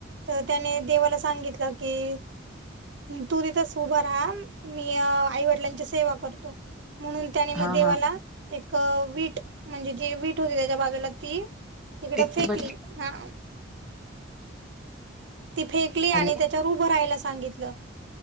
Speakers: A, on the right; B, in the centre.
A: तर त्याने देवाला सांगितलं की तू तिथंच उभं रा मी आईवडिलांची सेवा करतो म्हणून त्याने मग
B: हां,
A: देवाला
B: हां.
A: एक वीट म्हणजे जे वीट होते त्याच्या बा त्याला ती तिकडं
B: ती
A: फेकली
B: भट्टी
A: ना ती फेकली आणि
B: हॅलो.
A: त्याच्यावर उभं राहायला सांगितलं.